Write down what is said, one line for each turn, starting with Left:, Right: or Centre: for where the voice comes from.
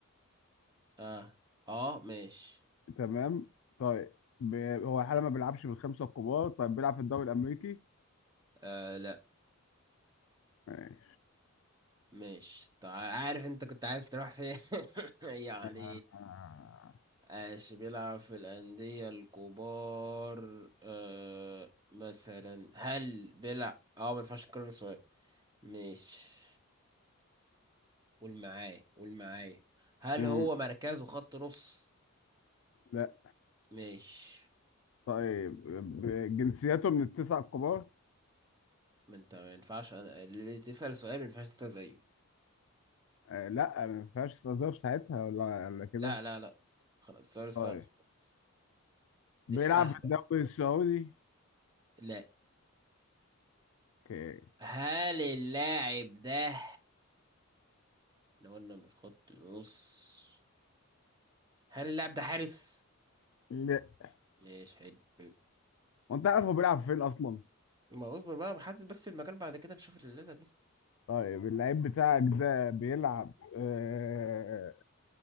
Right: اه اه ماشي
Left: تمام طيب ب... هو حالا ما بيلعبش بالخمسة الكبار طيب بيلعب في الدوري الامريكي
Right: آه لا
Left: ماشي
Right: ماشي طيب عارف انت كنت عايز تروح فين <laughs> يعني
Left: آه.
Right: ايش بيلعب في الأندية الكبار آه مثلا هل بيلعب اه ما ينفعش نكرر السؤال ماشي قول معايا قول معايا هل
Left: مم.
Right: هو مركزه خط نص
Left: لا
Right: ماشي
Left: طيب ب- جنسياته من التسعة الكبار
Right: ما انت ما ينفعش انا اللي تسأل سؤال ما ينفعش تسأل زيه
Left: آه لا ما ينفعش استظهر ساعتها ولا ولا كده
Right: لا لا لا خلاص السؤال سهل
Left: طيب
Right: خلاص لفها
Left: بيلعب في
Right: بقى
Left: الدوري السعودي
Right: لا
Left: اوكي
Right: هل اللاعب ده لو قلنا من خط نص هل اللاعب ده حارس؟
Left: لا
Right: ماشي حلو حلو
Left: وانت عارف هو بيلعب فين اصلا
Right: ما اصبر بقى بحدد بس المكان بعد كده نشوف الليلة دي
Left: طيب اللعيب بتاعك ده بيلعب آه